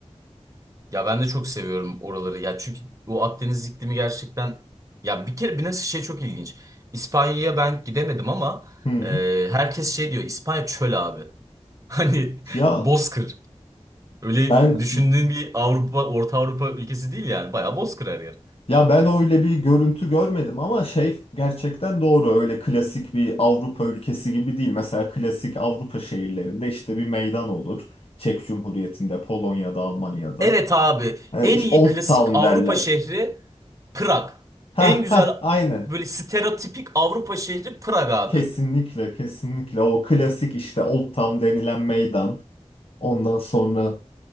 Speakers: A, on the right (about 30°); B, on the left (about 55°).
A: Ya ben de çok seviyorum oraları. Ya çünkü o Akdeniz iklimi gerçekten ya bir kere bir nasıl şey çok ilginç. İspanya'ya ben gidemedim ama
B: Hı.
A: e, herkes şey diyor İspanya çöl abi. <laughs> Hani
B: Ya
A: bozkır. Öyle
B: ben
A: düşündüğün bir Avrupa, Orta Avrupa ülkesi değil yani. Bayağı bozkır her yer.
B: Ya ben öyle bir görüntü görmedim ama şey gerçekten doğru öyle klasik bir Avrupa ülkesi gibi değil. Mesela klasik Avrupa şehirlerinde işte bir meydan olur. Çek Cumhuriyeti'nde, Polonya'da, Almanya'da.
A: Evet abi.
B: E,
A: En
B: işte
A: iyi
B: Old
A: klasik
B: Town
A: Avrupa
B: derler.
A: şehri Prag.
B: Ha
A: En güzel
B: ha aynen.
A: böyle stereotipik Avrupa şehri Prag abi.
B: Kesinlikle kesinlikle o klasik işte Old Town denilen meydan. Ondan sonra